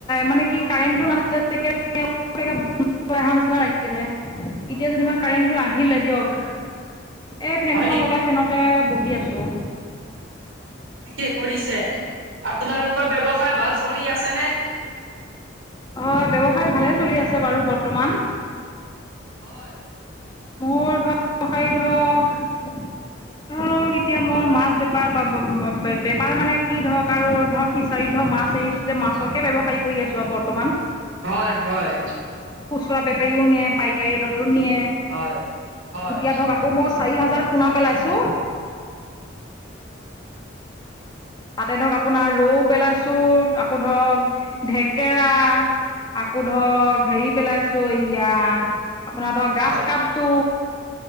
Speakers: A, on the left (about 20°); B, on the right (about 85°).
A: মানে কি কাৰেণ্টটো নাছিল <unintelligible> এহা নিচিনা লাগিছে, এতিয়া যেনিবা কাৰেণ্ট, টো আহিলে দিয়ক এই ফেনখন
B: হয় নেকি?
A: লগাই ফেনতে বহি আছো।
B: ঠিকে কৰিছে আপোনালোকৰ ব্যৱসায় ভাল চলি আছে নে।
A: হয় ব্যৱসায় ভালে চলি আছে বাৰু বৰ্তমান।
B: হয়।
A: মোৰ ধৰক ব্যৱসায়ী হওক ধৰক এতিয়া মই মাছ বে <unintelligible> বেপাৰ মানে কি ধৰক আৰু ধৰ ফিচাৰীত ধৰক মাছ এৰিছো যে মাছকে ব্যৱসায়িক, শুই আছো আও বৰ্তমান।
B: হয় হয়।
A: খুচুৰা বেপাৰীও নিয়ে পাইকাৰী ৰেদতো নিয়ে।
B: হয় হয়।
A: এতিয়া ধৰক আকৌ মই চাৰি হাজাৰ পোনা পেলাইছো।
B: <inaudible>
A: তাতে ধৰক আপোনাৰ ৰৌ পেলাইছো আকৌ ধৰক ঢেকেৰা আকৌ ধৰক হেৰি পেলাইছো ইয়া বা ধৰক গাছ
B: হয়
A: কাপটো